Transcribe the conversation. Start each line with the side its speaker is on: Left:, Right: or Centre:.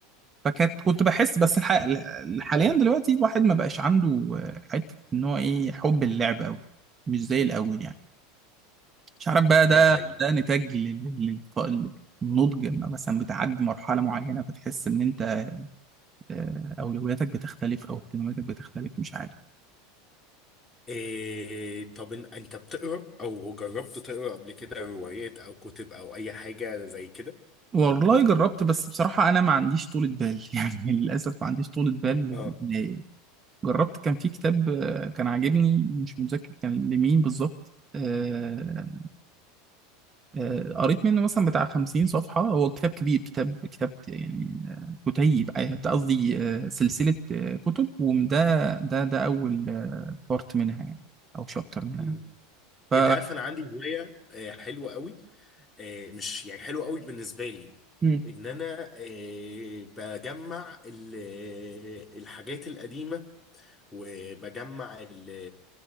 Right: فكانت كنت بحس بس الح... حاليا دلوقتي الواحد ما بقاش عنده آه، حته ان هو ايه حب اللعب قوي مش زي الاول يعني مش عارف بقى ده
Left: ده حقيقي
Right: ده نتاج لل- لل- للنضج لما مثلا بتعدي مرحله معينه فتحس ان انت آه، اولوياتك بتختلف او اهتماماتك بتختلف مش عارف
Left: إيه طب إن- انت بتقرا او جربت تقرا قبل كده روايات او كتب او اي حاجه زي كده
Right: والله جربت بس بصراحه انا ما عنديش طولة بال <laughs> يعني للاسف ما عنديش طولة بال
Left: اه
Right: لل- جربت كان في كتاب آه، كان عاجبني مش متذكر كان لمين بالظبط آه، آه، قريت منه مثلا بتاع 50 صفحة هو كتاب كبير كتاب كتاب يعني آه، كتيب آه، قصدي آه، سلسلة آه، كتب وده ده ده ده أول بارت منها يعني أو شابتر منها
Left: امم
Right: ف
Left: انت عارف انا عندي هوايه آه، حلوه قوي آه، مش يعني حلوه قوي بالنسبه لي
Right: مم.
Left: ان انا آه، بجمع ال- الحاجات القديمه وبجمع ال-